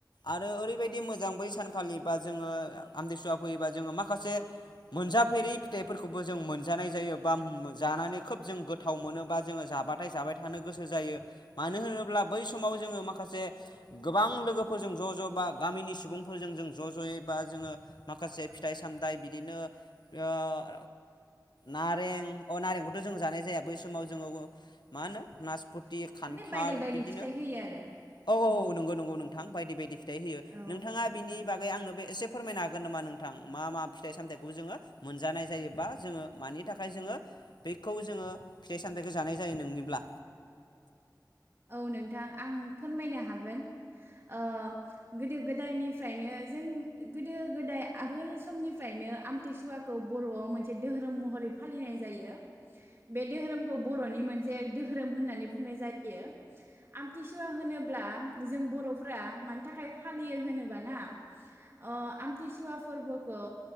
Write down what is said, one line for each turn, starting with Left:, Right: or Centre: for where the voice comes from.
Left: आरो ओरैबायदि मोजां बै सानखालि बा जोङो आमथिसुवा फैयोबा जोङो माखासे मोनजाफेरै फिथाइफोरखौबो जों मोनजानाय जायो। बा मो-जानानै खोब जों गोथाव मोनो बा जोङो जाबाथाय जाबाय थानो गोसो जायो मानो होनोब्ला बै समाव जोङो माखासे गोबां लोगोफोरजों ज' ज' बा गामिनि सुबुंफोरजों जों ज' ज'यै बा जोङो माखासे फिथाइ सामथायाइ बिदिनो उह नाथ रें अ नारेंखौथ' जों जानाय जाया बै समाव जोंङो मा होनो नासपुत थि खान्थाल
Right: माने बायदि बायदि
Left: बिदिनो
Right: फिथाइ होयो आरो
Left: औ औ
Right: उम
Left: औ नोंगौ नंगौ नों। थां बायदि बायदि। फिथाइ होयो
Right: औ
Left: नोंथाङा
Right: नोंथां
Left: बिनि बागै आंनो बो एसे फोरमायनो हागोन नामा नोंथां मा मा फिथाइ सामथाइखौबो जोङो मोनजानाय जायोबा जोङो मानि थाखाय जोङो। बेखौ जोङो फरेस। सामथाइखौ जानाय जायो नोंनिब्ला।
Right: औ नोंथां आं फोरमायनो हागोन उह गोदो गोदायनिफ्रायनो जों गोदो गोदाय आगोल समनिफ्रायनो आमथिसुवाखौ बर'आव मोनसे दोहोरोम महरै फालिनाय जायो बे दोहोरोमखौ बर'नि मोनसे दोहोरोम होननानै बुंनाय जाय यो आमथिसुवा होनोब्ला जों बर'फोरा मानि थाखाय फालियो होनोबा ना अ आमथिसुवा फोरबोखौ